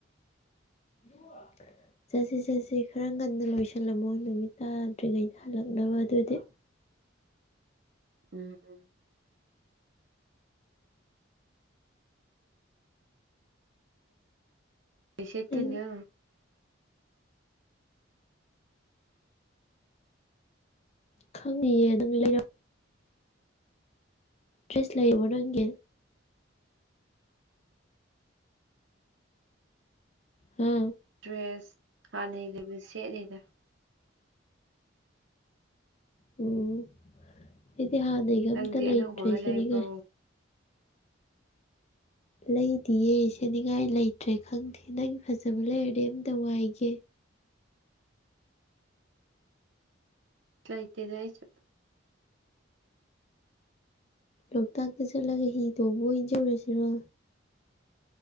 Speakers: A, on the left; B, on the right.
A: <inaudible> ꯆꯁꯤ ꯆꯁꯤ ꯈꯔ ꯉꯟꯅ ꯂꯣꯏꯁꯤꯜꯂꯝꯃꯣ ꯅꯨꯃꯤꯠ ꯇꯥꯗ꯭ꯔꯤꯉꯩꯗ ꯍꯜꯂꯛꯅꯕ ꯑꯗꯨꯗꯤ
B: ꯎꯝ ꯎꯝ ꯀꯩ ꯁꯦꯠꯇꯣꯏꯅꯣ
A: ꯅꯪ ꯈꯪꯗꯤꯌꯦ ꯅꯪ ꯂꯩꯔꯞ ꯗ꯭ꯔꯦꯁ ꯂꯩꯔꯕꯣ ꯅꯪꯒꯤ ꯍꯥ
B: ꯗ꯭ꯔꯦꯁ ꯍꯥꯟꯅꯩ ꯂꯩꯕꯗꯨ ꯁꯦꯠꯅꯤꯗ
A: ꯑꯣ ꯑꯩꯗꯤ ꯍꯥꯟꯅꯩꯒ
B: ꯅꯪꯗꯤ
A: ꯑꯝꯇ ꯂꯩꯇ꯭ꯔꯦ
B: ꯑꯅꯧꯕꯒ
A: ꯁꯦꯅꯤꯉꯥꯏ
B: ꯂꯩꯕ꯭ꯔꯣ
A: ꯂꯩꯗꯤꯌꯦ
B: ꯎꯝ
A: ꯁꯦꯠꯅꯤꯡꯉꯥꯏ ꯂꯩꯇ꯭ꯔꯦ ꯈꯪꯗꯦ ꯅꯪ ꯐꯖꯕ ꯂꯩꯔꯗꯤ ꯑꯝꯇ ꯋꯥꯏꯒꯦ
B: ꯂꯥꯏꯇꯦꯗ ꯑꯩꯁꯨ
A: ꯂꯣꯛꯇꯥꯛꯇ ꯆꯠꯂꯒ ꯍꯤ ꯇꯣꯡꯕ ꯑꯣꯏꯅ ꯆꯧꯔꯁꯤꯔꯣ